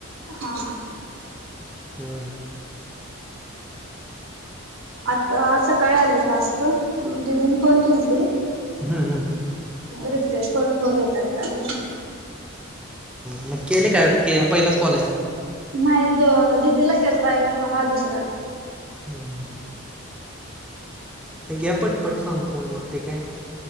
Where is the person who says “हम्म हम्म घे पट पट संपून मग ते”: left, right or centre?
Centre